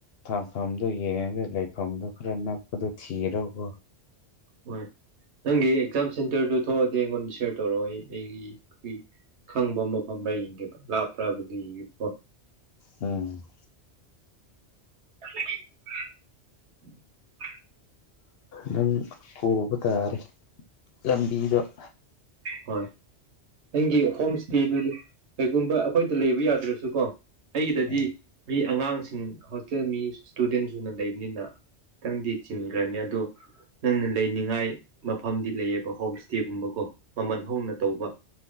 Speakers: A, on the left; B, on the right.
A: ꯊꯝꯐꯝꯗꯨ ꯌꯦꯡꯉꯒ ꯂꯩꯐꯝꯗꯨ ꯈꯔ ꯅꯛꯄꯗꯣ ꯊꯤꯔꯒꯀꯣ
B: ꯍꯣꯏ ꯅꯪꯒꯤ ꯑꯦꯛꯖꯥꯝ ꯁꯦꯟꯇꯔꯗꯨ ꯊꯣꯛꯑꯗꯤ ꯑꯩꯉꯣꯟꯗ ꯁꯤꯌꯔ ꯇꯧꯔꯛꯑꯣ ꯑꯩ ꯑꯩꯒꯤ ꯑꯩ ꯈꯪꯕ ꯃꯐꯝꯔ ꯌꯦꯡꯒꯦꯕ ꯂꯥꯞꯄ꯭ꯔꯕꯨꯗꯤ ꯌꯦꯡꯒꯦꯀꯣ
A: ꯎꯝ
B: <inaudible>
A: ꯅꯪ ꯍꯧꯕ ꯇꯥꯔꯦ ꯂꯝꯕꯤꯗꯣ <inaudible>
B: ꯍꯣꯏ ꯅꯪꯒꯤ ꯍꯣꯝ ꯁ꯭ꯇꯦꯗꯨꯗꯤ ꯀꯩꯒꯨꯝꯕ ꯑꯩꯈꯣꯏꯗ ꯂꯩꯕ ꯌꯥꯗ꯭ꯔꯁꯨ ꯀꯣ ꯑꯩꯒꯤꯗꯗꯤ
A: ꯎꯝ
B: ꯃꯤ ꯑꯉꯥꯡꯁꯤꯡ ꯍꯣꯁꯇꯦꯜ ꯃꯤ ꯁ꯭ꯇꯨꯗꯦꯟ ꯁꯨꯅ ꯂꯩꯕꯅꯤꯅ ꯇꯪꯗꯤ ꯆꯤꯟꯒ꯭ꯔꯅꯤ ꯑꯗꯣ ꯅꯪꯅ ꯂꯩꯅꯤꯡꯉꯥꯏ ꯃꯐꯝꯗꯤ ꯂꯩꯌꯦꯕꯀꯣ ꯍꯣꯝ ꯁ꯭꯭ꯇꯦꯒꯨꯝꯕꯀꯣ ꯃꯃꯜ ꯍꯣꯡꯅ ꯇꯧꯕ